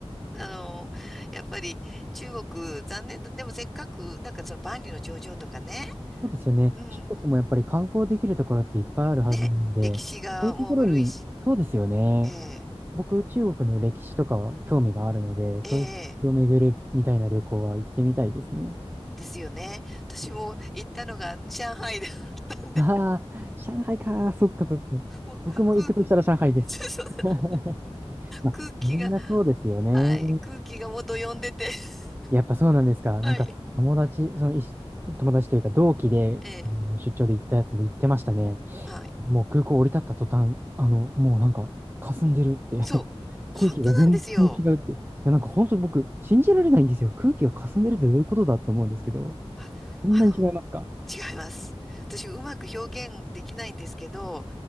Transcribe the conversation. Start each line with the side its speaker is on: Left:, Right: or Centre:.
Centre: あのやっぱり中国、残念だ。でもせっかく、だからその万里の長城とかね。
Right: そうですよね。
Centre: うん。
Right: 中国もやっぱり観光できるところっていっぱいあるはずなんで、
Centre: ね。歴史がもう古いし。
Right: そういうところに、そうですよね。
Centre: ええ、
Right: 僕、中国の歴史とかは興味があるので、
Centre: ええ、
Right: そういう歴を巡るみたいな旅行は行ってみたいですね。
Centre: ですよね。私も行ったのが上海だったんで、
Right: ああ、上海か。そっかそっか。
Centre: もう、
Right: 僕も行くとしたら上海です。
Centre: 空 <laughs>
Right: <laughs> まあ、
Centre: 空気は
Right: みんなそうですよね。
Centre: い。空気がもうどよんでて。<laughs>
Right: やっぱそうなんですか。
Centre: はい。
Right: なんか友達、そのいし友達というか同期であの出張で行ったやつも行ってましたね。
Centre: ええ。はい。
Right: もう空港降り立った途端、あの、もうなんか、霞んでるって
Centre: そう。
Right: <laughs>
Centre: 本当なんですよ。
Right: 空気が全然違うって。いや、なんか本当に僕、信じられないんですよ。空気が霞んでるってどういうことだって思うんですけど、
Centre: あ、
Right: そんなに違いますか
Centre: あの、違います。私、うまく表現できないんですけど、